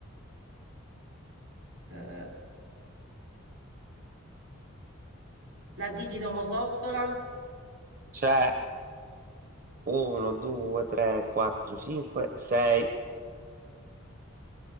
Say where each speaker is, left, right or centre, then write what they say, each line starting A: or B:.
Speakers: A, on the right; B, on the right.
A: Eh, la D di Domodossola?
B: c'è 1, 2, 3, 4, 5, 6.